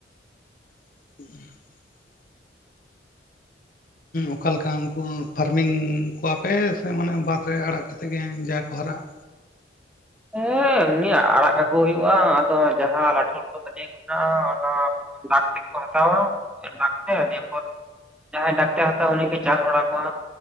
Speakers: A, on the left (about 45°); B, in the centre.
A: <unintelligible> ᱚᱠᱟ ᱞᱮᱠᱟ ᱩᱱᱠᱩ, ᱯᱷᱟᱨᱢᱤᱝ ᱠᱚᱣᱟ ᱯᱮ ᱥᱮ ᱢᱟᱱᱮ ᱵᱟᱸᱫᱽ ᱨᱮ ᱟᱲᱟᱜ ᱠᱟᱛᱮᱫ ᱜᱮ ᱡᱟᱦᱟᱸ ᱠᱚ ᱦᱟᱨᱟᱜ᱾
B: ᱦᱮᱸ ᱮᱢᱱᱤ ᱟᱲᱟᱜ ᱠᱟᱠᱚ ᱦᱩᱭᱩᱜᱼᱟ, ᱟᱫᱚ ᱡᱟᱦᱟᱸ ᱞᱟᱴᱷᱩᱟᱴᱷᱩ ᱜᱟᱹᱰᱭᱟᱹ ᱠᱚ ᱢᱮᱱᱟᱜᱼᱟ ᱚᱱᱟ, ᱰᱟᱠᱛᱮ ᱠᱚ ᱦᱟᱛᱟᱣᱟ ᱰᱟᱠᱛᱮ ᱱᱤᱭᱟᱹᱯᱚᱨ, ᱡᱟᱦᱟᱸᱭ ᱰᱟᱠ ᱛᱮ ᱦᱟᱛᱟᱣᱟᱭ ᱩᱱᱤ ᱜᱮᱭ ᱪᱟᱥ ᱵᱟᱲᱟ ᱠᱚᱣᱟ᱾